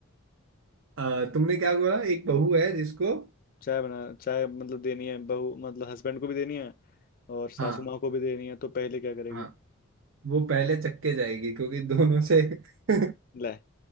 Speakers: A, on the right; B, on the left.
A: अ, तुमने क्या बोला एक बहू है जिसको
B: चाय बना चाय मतलब देनी है बहू मतलब हस्बैंड को भी देनी है और सासू
A: हाँ
B: माँ को भी देनी है तो पहले क्या करेगी
A: हाँ वो पहले चक्के जाएगी क्योंकि दोनों से <laughs>
B: ले